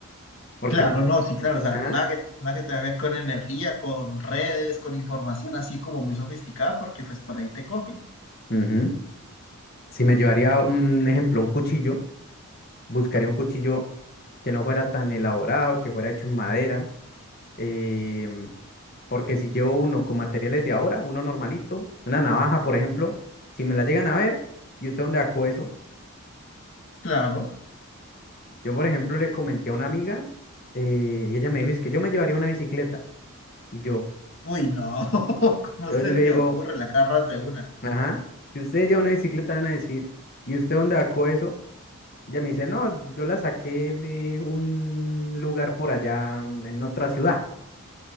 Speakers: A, on the left; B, on the left.
A: porque...
B: Claro, no, sí, claro, o sea,
A: Ajá.
B: nada que, nada que tenga que ver con energía, con redes, con información así como muy sofisticada, porque pues por ahí te cogen.
A: ujú, Si me llevaría un ejemplo, un cuchillo, buscaría un cuchillo que no fuera tan elaborado, que fuera hecho en madera, em, porque si llevo uno con materiales de ahora, uno normalito, una navaja, por ejemplo, si me la llegan a ver, ¿y usted dónde sacó eso?
B: Claro.
A: Yo, por ejemplo, le comenté a una amiga eh, y ella me dijo, es que yo me llevaría una bicicleta. Y yo,
B: Uy, no, <laughs> ¿cómo
A: yo,
B: se
A: yo le digo,
B: le ocurre? La agarras de una.
A: ajá, si usted lleva una bicicleta, van a decir, ¿y usted dónde sacó eso? Ella me dice, no, yo la saqué de un lugar por allá mm, en otra ciudad.